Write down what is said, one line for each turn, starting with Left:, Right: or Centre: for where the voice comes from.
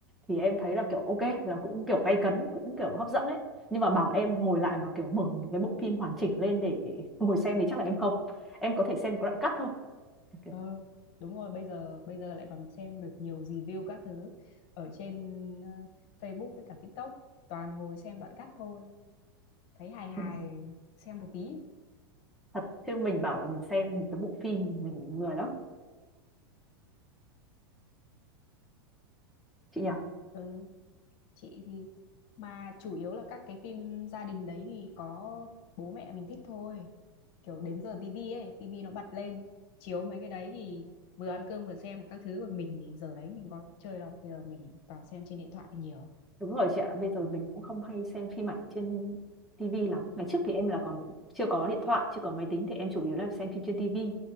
Centre: thì em thấy là kiểu ok là cũng kiểu gay cấn cũng kiểu hấp dẫn ấy nhưng mà bảo em ngồi lại mà kiểu mở một cái bộ phim hoàn chỉnh lên để <laughs> ngồi xem thì chắc là em không em có thể xem một cái đoạn cắt thôi kiểu,
Left: ờ đúng rồi bây giờ bây giờ lại còn xem được nhiều review các thứ ở trên ờ, Facebook với cả TikTok toàn ngồi xem đoạn cắt thôi thấy hài hài
Centre: ừ,
Left: xem một tí
Centre: thật chứ mình bảo là mình xem một cái bộ phim thì mình lười lắm chị nhỉ
Left: ừ chị thì mà chủ yếu là các cái phim gia đình đấy thì có bố mẹ mình thích thôi kiểu đến giờ tivi ấy tivi nó bật lên chiếu mấy cái đấy thì vừa ăn cơm vừa xem các thứ còn mình thì giờ đấy mình có chơi đâu bây giờ mình toàn xem trên điện thoại nhiều
Centre: đúng rồi chị ạ bây giờ mình cũng không hay xem phim ảnh trên tivi lắm ngày trước thì em là còn chưa có điện thoại chưa có máy tính thì em chủ yếu là xem phim trên tivi